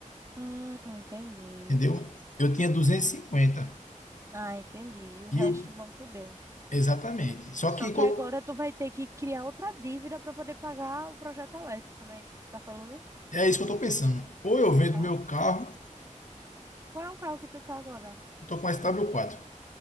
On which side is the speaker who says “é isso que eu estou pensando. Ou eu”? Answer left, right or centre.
Left